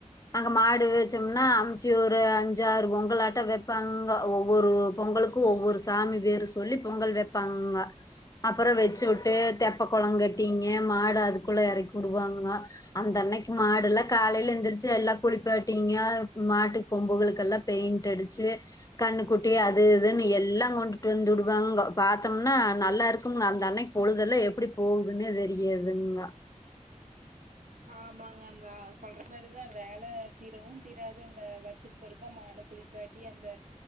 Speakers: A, on the left (about 25°); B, on the right (about 80°).
A: அங்க மாடு வச்சோம்னா அமுச்சு ஒரு அஞ்சாறு பொங்கல் ஆட்ட வைப்பாங்க ஒவ்வொரு பொங்கலுக் க்கு ஒவ்வொரு சாமி பேரு சொல்லி பொங்கல் வப்பாங்கங்க அப்புறோ வச்சுவுட் ட்டு தெப்பக் கொளங் கட்டிங்க மாடு அதுக்குள்ள எறக்குடுவாங்க அந்த அன்னக்கி மாடு எல்லா காலையில எந்திரிச்சு எல்லா குளிப்பாட்டீங்க மாட்டுக் கொம்புகளுக்கெல்லா பெயிண்ட் அடிச்சு கன்னு குட்டி அது இதுன்னு எல்லா கொண்டுட்டு வந்து விடுவாங்க பாத்தோம்னா நல்லா இருக்குங்க அந்த அன்னைக் பொழுதெல்லா எப்டி போவுதுன்னே தெரியாதுங்க
B: ஆமாங்க அந்த சொல்ற மாரிதா வேல தீரவு தீராது அந்த வர்ஷத் ஒருக்க மாட குளிப்பாட்டி அந்த